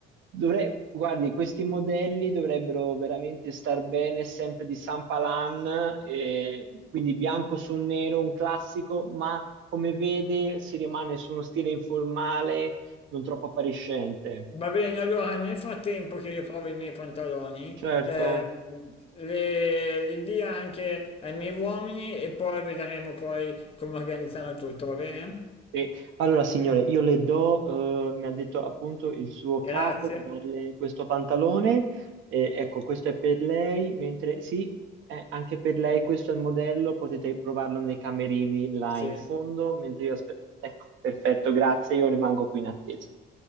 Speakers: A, on the right; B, on the left.
A: dovrei, guardi, questi modelli dovrebbero veramente star bene sempre di Sampalan, eh, quindi bianco su nero, un classico, ma come vede si rimane su uno stile informale, non troppo appariscente.
B: Va bene, allora nel frattempo che io provo i miei pantaloni,
A: Certo,
B: ehm, le- li dia anche ai miei uomini e poi vedremo poi come organizzare tutto, va bene?
A: Sì. Allora, signore, io le do, eh, mi ha detto appunto il suo capo
B: Grazie.
A: di darle questo pantalone. Eh, ecco, questo è per lei, mentre sì, eh, anche per lei questo è il modello, potete provarlo nei camerini là
B: Sì.
A: in fondo, mentre io aspetto. Ecco, perfetto, grazie, io rimango qui in attesa.